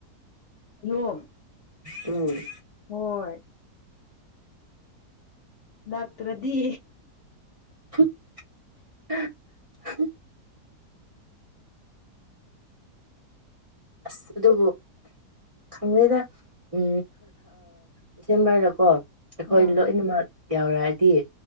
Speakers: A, on the left; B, on the right.
A: ꯌꯣꯝ
B: ꯎꯝ
A: ꯍꯣꯏꯣꯏ ꯂꯥꯛꯇ꯭ꯔꯗꯤ
B: <unintelligible> ꯑꯁ ꯑꯗꯨ ꯈꯪꯗꯦꯗ ꯎ ꯗꯤꯁꯦꯝꯕꯔꯗꯀꯣ ꯑꯩꯈꯣꯏ
A: ꯑꯥ
B: ꯂꯣꯏꯅꯃꯛ ꯌꯥꯎꯔ ꯍꯥꯏꯗꯤ